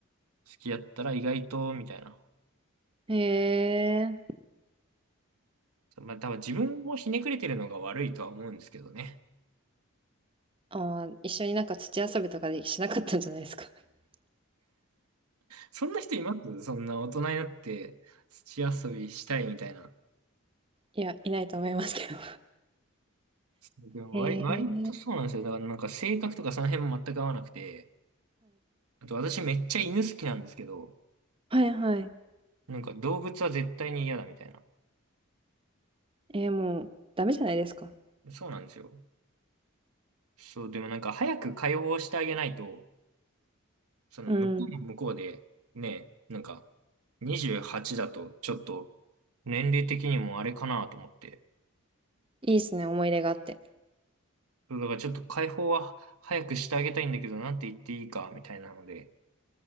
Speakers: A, on the right; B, on the right.
A: 付き合ったら意外と、みたいな。
B: へえ
A: まあ、多分自分もひねくれてるのが悪いとは思うんですけどね。
B: ああ、一緒になんか土遊びとかでしなかったんじゃないですか。<laughs>
A: そんな人いますそんな大人になって土遊びしたいみたいな。
B: いや、いないと思いますけど。
A: でも割、
B: <laughs> へえ
A: 割とそうなんですよ。だからなんか性格とかその辺も全く合わなくて。あと私めっちゃ犬好きなんですけど、
B: はいはいはい。
A: なんか動物は絶対に嫌だみたいな。
B: えー、もう、ダメじゃないですか。
A: そうなんですよ。そう、でもなんか早く解放してあげないと、その向こうも向こうで、
B: うん。い
A: ね、なんか28だとちょっと年齢的にもあれかなと思って。
B: いですね、思い出があって。
A: そうだからちょっと解放は早くしてあげたいんだけど、なんて言っていいかみたいなので。